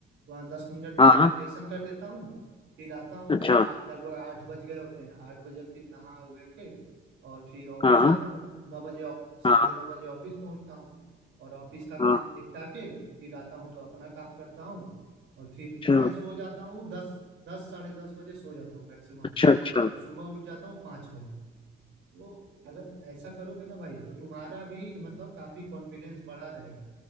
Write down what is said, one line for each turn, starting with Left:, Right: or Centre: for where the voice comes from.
Right: वहाँ दस मिनट मेडिटेशन
Left: हाँ हाँ,
Right: कर लेता हूँ फिर आता हूँ
Left: अच्छा
Right: तो आ, लगभग आठ बज गए होते हैं आठ बजे फिर नहा वहा के और फिर ऑफिस
Left: हाँ
Right: जाता
Left: हाँ
Right: हूँ नौ बजे ऑफ- साढ़े
Left: हाँ
Right: नौ बजे ऑफिस पहुँचता हूँ और ऑफिस का काम
Left: हाँ,
Right: निपटा के फिर आता हूँ तो अपना काम करता हूँ और फिर
Left: अच्छा
Right: मैं सो जाता हूँ दस दस साढ़े दस बजे सो जाता हूँ मैक्सिमम
Left: अच्छा अच्छा
Right: और सुबह उठ जाता हूँ पाँच बजे तो अगर ऐसा करोगे ना भाई तो तुम्हारा भी मतलब काफी कॉन्फिडेंस बढ़ा रहेगा